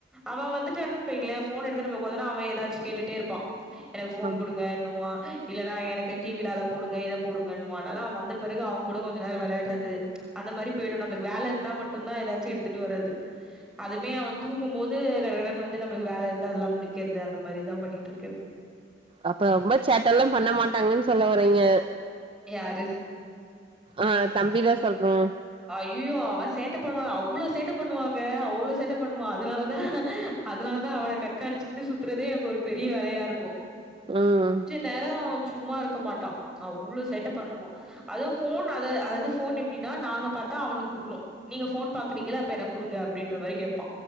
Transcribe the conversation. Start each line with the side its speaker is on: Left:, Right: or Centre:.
Centre: அவ வந்துட்டுடானு பெய்ங்ளே ஃபோன் எடுத்துட்டு நம்ம ஒக்காந்தன அவன் எதாச்சு கேட்டுட்டே இருப்பா எனக்கு ஃபோன்
Right: ஆமா
Centre: குடுங்க னுவா இல்லன்னா எனக்கு டிவில அத போடுங்க இத போடுங்குவா அனால அவ வந்த பெறகு அவங்கூட கொஞ்ச நேர விளாட்றது அந்த மாரி போய்டு நம்ப்ளுக்கு வேல இருந்தா மட்டுந்தா எதாச்சு எடுத்துட்டு வர்றது அதுமே அவ தூங்கும்போது கடகடனு வந்து நம்ளுக்கு வேல இருந்து அதுல்லா முடிக்கெற்து அந்த மாரிதா பண்ணிட்ருக்கற்து
Right: அப்ப ரொம்ப சேட்டல்லா பண்ண மாட்டாங்கன் சொல்ல வரீங்க
Centre: யாரு
Right: அ தம்பிதா சொல்றோ
Centre: ஐயுயோ அவ சேட்ட பண்ணுவானா அவ்ளோ சேட்ட பண்ணுவாங்க அவ்ளோ சேட்ட பண்ணுவா அதனாலதா அதுனால தா அவன கண்காணிச்சிட்டு சுத்துறதே எனக்கு ஒரு பெரிய வேலயா இருக்கு
Right: ம்
Centre: நேரோ சும்மா இருக்க மாட்டா அவ்ளோ சேட்ட பண்ணுவா அது ஃபோன் அத அதது ஃபோன் இப் ப்டினா நாங்க பாத்தா அவனு குடுக்குணு நீங்க ஃபோன் பாக்குறீங்கள அப்ப எனக் குடுங்க அப்டின்ற மாரி கேப்பா